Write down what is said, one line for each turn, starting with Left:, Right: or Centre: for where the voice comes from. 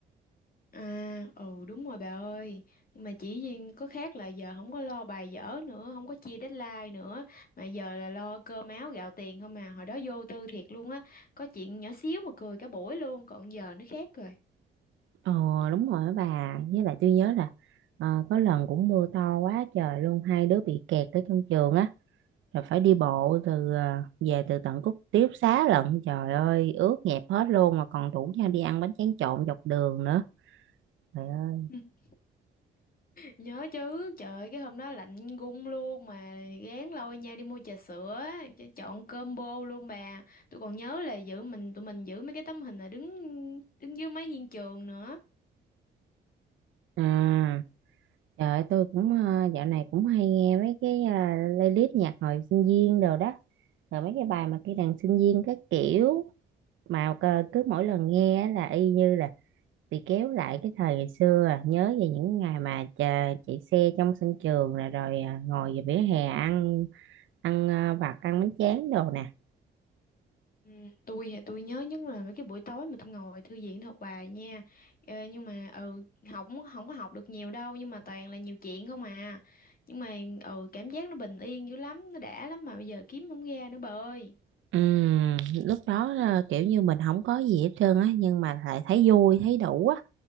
Left: À, ừ đúng rồi bà ơi Nhưng mà chỉ riêng có khác là giờ không có lo bài vở nữa Không có chia deadline nữa Mà giờ là lo cơm áo gạo tiền không à Hồi đó vô tư thiệt luôn á Có chuyện nhỏ xíu mà cười cả buổi luôn Còn giờ nó khác rồi
Right: ờ đúng rồi á bà với lại tôi nhớ là ờ, có lần cũng mưa to quá trời luôn hai đứa bị kẹt ở trong trường á rồi phải đi bộ từ ờ, về từ tận Cúc tiếp Xá lận trời ơi ướt nhẹp hết luôn mà còn rủ nhau đi ăn bánh tráng trộn dọc đường nữa Trời ơi
Left: <laughs> Nhớ chứ trời ơi, cái hôm đó lạnh gung luôn Mà gán lôi nhau đi mua trà sữa á, ch- Chọn combo luôn bà Tôi còn nhớ là giữ mình tụi mình giữ mấy cái tấm hình là đứng đứng dưới mái hiên trường nữa
Right: À, trời ơi, tôi cũng ờ, dạo này cũng hay nghe mấy cái ờ, playlist nhạc hồi sinh viên đồ đó rồi mấy cái bài mà cái đàn sinh viên các kiểu mà cơ- cứ mỗi lần nghe á là y như là bị kéo lại cái thời ngày xưa à. nhớ về những ngày mà chờ, chạy xe trong sân trường rồi rồi ờ, ngồi về vỉa hè ăn ăn ờ, vặt ăn bánh tráng đồ nè
Left: Ừ, tôi thì tôi nhớ nhất là mấy cái buổi tối mà tôi ngồi thư viện tôi học bài nha ờ, nhưng mà ừ học không không có học được nhiều đâu nhưng mà toàn là nhiều chuyện không à nhưng mà ừ cảm giác nó bình yên dữ lắm nó đã lắm mà bây giờ kiếm không ra nữa bà ơi
Right: Ừm, lúc đó là kiểu như mình không có gì hết trơn á nhưng mà lại thấy vui thấy đủ á